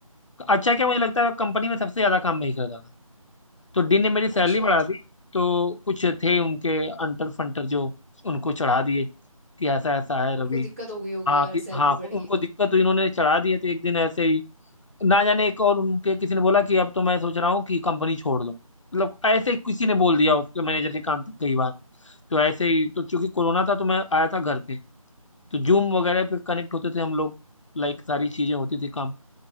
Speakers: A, on the left; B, on the right.
A: अच्छा क्या मुझे लगता है कंपनी में सबसे ज्यादा काम मैं ही करता था तो डीन ने मेरी सैलरी
B: अच्छा
A: बढ़ा दी तो कुछ थे उनके अंटर फंटर जो उनको चढ़ा दिए कि ऐसा ऐसा है
B: उनको
A: रवि
B: दिक्कत हो गई होगी
A: हाँ
B: यार
A: कि
B: सैलरी
A: हाँ
B: बढ़
A: उनको
B: गई तो
A: दिक्कत हुई इन्होंने चढ़ा दिए तो एक दिन ऐसे ही ना जाने एक और उनके किसी ने बोला कि अब तो मैं सोच रहा हूँ कि कंपनी छोड़ दूँ मतलब ऐसे ही किसी ने बोल दिया उसके मैनेजर के कान तक गई बात तो ऐसे ही तो चूंकि कोरोना था तो मैं आया था घर पे तो जूम वगैरह पे कनेक्ट होते थे हम लोग लाइक सारी चीजें होती थी काम